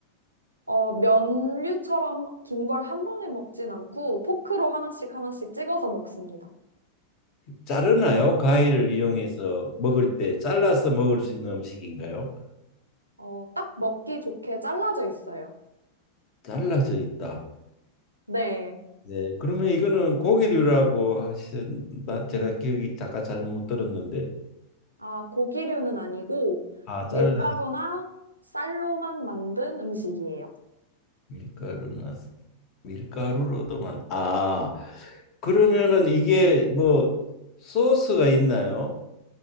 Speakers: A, on the right (about 85°); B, on the left (about 40°).
A: 어, 면류처럼 긴 걸 한 번에 먹진 않고, 포크로 하나씩 하나씩 찍어서 먹습니다.
B: 자르나요? 가위를 이용해서 먹을 때 잘라서 먹을 수 있는 음식인가요?
A: 어, 딱 먹기 좋게 잘라져 있어요.
B: 잘라져 있다.
A: 네.
B: 네. 그러면 이거는 고기류라고 하셨나? 제가 기억이 잠깐 잘 못 들었는데
A: 아, 고기류는 아니고
B: 아, 잘라서
A: 밀가루나 쌀로만 만든 음식이에요.
B: 밀가루나 밀가루로도 만. 아, 그러면은 이게 뭐 소스가 있나요?